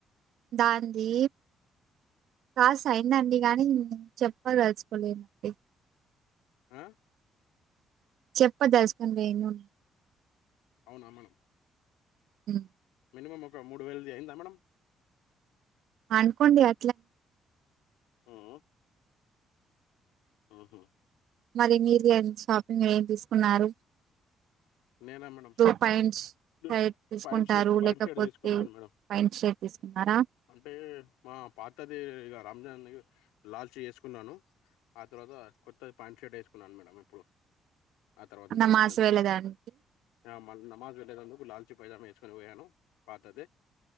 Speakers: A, on the right (about 65°); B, on the left (about 75°).
A: దంది కాస్ అయిందండి కానీ చెప్పదల్ కొలె నండి
B: ఆ
A: చెప్పదల్చు లేను
B: అవునా మేడం
A: మ్
B: మినిమం ఒక మూడు వేయిలది అఇందా మేడం
A: అనుకోండి అట్లనే
B: మ్మ్ అహ
A: మరి మీరు షాపింగ్ లో ఏం తీసుకున్నారు
B: నేనా మేడం
A: టు పయింట్స్
B: డు-
A: షైట్ తీసుకుంటారు
B: పాయింట్ షర్ట్ పాయింట్
A: లేకపోతే
B: షర్ట్ తీసుకున్నాను మేడం
A: పయింట్ షర్ట్ తీసుకున్నారా
B: అంటే మా పాతది ఇగ రాంజన్ లాల్చి వేసుకున్నాను ఆ తర్వాత కొత్తది ప్యాంట్ షర్ట్ వేసుకున్నాను మేడం ఇప్పుడు ఆ తర్వాత
A: నమాజ్
B: దించిన తర్వాత
A: వేళ దాన్
B: ఆ మళ్ నమాజ్ వెళ్ళేదందుకు లాల్చీ పైజామా వేసుకొని పోయాను పాతదే